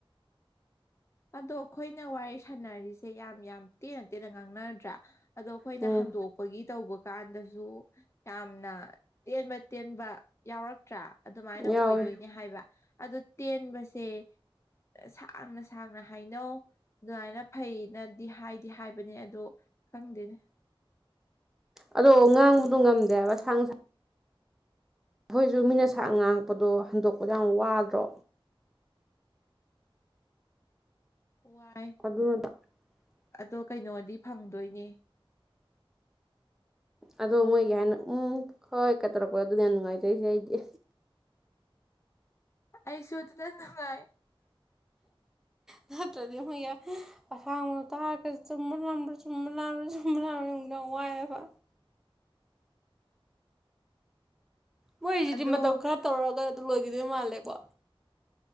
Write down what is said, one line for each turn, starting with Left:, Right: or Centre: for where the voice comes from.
Left: ꯑꯗꯣ ꯑꯈꯣꯏꯅ ꯋꯥꯔꯤ ꯁꯥꯟꯅꯔꯤꯁꯦ ꯌꯥꯝ ꯌꯥꯝ ꯇꯦꯟꯅ ꯇꯦꯟꯅ ꯉꯥꯡꯅꯗ꯭ꯔꯥ ꯑꯗꯣ ꯑꯈꯣꯏꯅ
Centre: ꯎꯝ
Left: ꯍꯟꯗꯣꯛꯄꯒꯤ ꯇꯧꯕ ꯀꯥꯟꯗꯖꯨ ꯌꯥꯝꯅ ꯇꯦꯟꯕ ꯇꯦꯟꯕ ꯌꯥꯎꯔꯛꯇ꯭ꯔꯥ ꯑꯗꯨꯃꯥꯏꯅ
Centre: ꯌꯥꯎꯋꯤ
Left: ꯑꯣꯏꯗꯣꯏꯅꯦ ꯍꯥꯏꯕ ꯑꯗꯨ ꯇꯦꯟꯕꯁꯦ ꯁꯥꯡꯅ ꯁꯥꯡꯅ ꯍꯥꯏꯅꯧ ꯑꯗꯨꯃꯥꯏꯅ ꯐꯩꯅꯗꯤ ꯍꯥꯏꯗꯤ ꯍꯥꯏꯕꯅꯦ ꯑꯗꯣ ꯈꯪꯗꯦꯅꯦ
Centre: ꯑꯗꯣ ꯉꯥꯡꯕꯗꯣ ꯉꯝꯗꯦꯕ ꯍꯥꯏꯕ ꯁꯥꯡꯁꯥꯡ ꯑꯈꯣꯏꯖꯨ ꯃꯤꯅ ꯁꯥ ꯉꯥꯡꯉꯛꯄꯗꯣ ꯍꯟꯗꯣꯛꯄꯗ ꯌꯥꯝ ꯋꯥꯗ꯭ꯔꯣ <unintelligible>
Left: ꯋꯥꯏ ꯑꯗꯣ ꯀꯩꯅꯣꯗꯤ ꯐꯪꯗꯣꯏꯅꯦ
Centre: ꯑꯗꯣ ꯃꯣꯏꯒꯤ ꯍꯥꯏꯅ ꯎꯝ ꯍꯣꯏ ꯀꯇꯔꯛꯄꯗꯣ ꯑꯗꯨꯅꯦ ꯅꯨꯡꯉꯥꯏꯖꯩꯁꯦ ꯑꯩꯗꯤ
Left: ꯑꯩꯁꯨ ꯗꯨꯅ ꯅꯨꯡꯉꯥꯏ
Centre: ꯅꯠꯇ꯭ꯔꯗꯤ ꯃꯣꯏꯒꯤ ꯑꯁꯥꯡꯕ ꯇꯥꯔꯒꯗꯤ ꯆꯨꯝꯕ ꯂꯥꯟꯕ꯭ꯔꯥ ꯆꯨꯝꯕ ꯂꯥꯟꯕ꯭ꯔꯥ ꯆꯨꯝꯕ ꯂꯥꯟꯕ꯭ꯔꯥ <unintelligible> ꯋꯥꯏꯕ ꯃꯣꯏꯖꯤꯗꯤ
Left: ꯑꯗꯣ
Centre: ꯃꯇꯝ ꯈꯔ ꯇꯧꯔꯒ ꯑꯗꯨ ꯂꯣꯏꯒꯤꯗꯣꯏ ꯃꯥꯜꯂꯦ <unintelligible>